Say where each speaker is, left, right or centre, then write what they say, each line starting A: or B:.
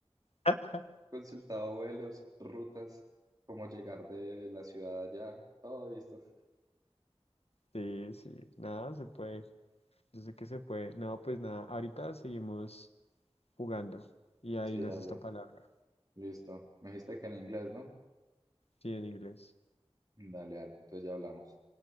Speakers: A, on the left; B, on the right.
A: <laughs>
B: consultado vuelos, rutas, cómo llegar de la ciudad allá, todo visto.
A: Sí, sí, nada, se puede. Yo sé que se puede. No, pues nada, ahorita seguimos jugando. Y ahí
B: Sí,
A: nace
B: dale,
A: esta palabra.
B: listo. Me dijiste que en inglés, ¿no?
A: Sí, en inglés.
B: Dale, dale, entonces ya hablamos.